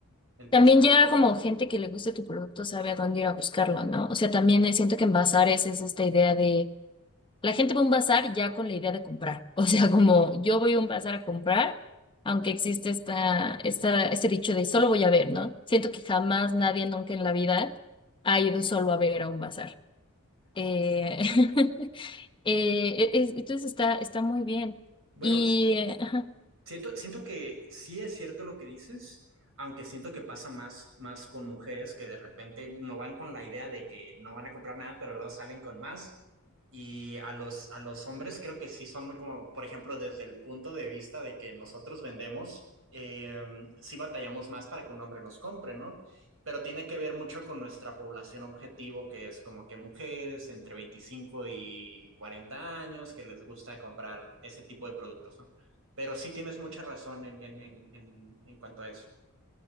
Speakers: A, on the right; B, on the left.
A: Entonces,
B: También ya como gente que le guste tu producto sabe a dónde ir a buscarlo, ¿no? O sea, también eh, siento que en bazares es esta idea de... La gente va a un bazar ya con la idea de comprar. <laughs> O sea, como yo voy a un bazar a comprar, aunque existe esta, esta, este dicho de solo voy a ver, ¿no? Siento que jamás nadie nunca en la vida ha ido solo a ver a un bazar. Eh, <laughs> eh, es- entonces está, está muy bien.
A: bueno,
B: Y eh, ajá,
A: Siento, siento que sí es cierto lo que dices, aunque siento que pasa más, más con mujeres que de repente no van con la idea de que no van a comprar nada, pero luego salen con más. Y a los, a los hombres creo que sí son muy como, por ejemplo, desde el punto de vista de que nosotros vendemos, eh, sí batallamos más para que un hombre nos compre, ¿no? Pero tiene que ver mucho con nuestra población objetivo, que es como que mujeres entre 25 y 40 años que les gusta comprar ese tipo de productos, ¿no? Pero sí tienes mucha razón en, en, en, en, en cuanto a eso.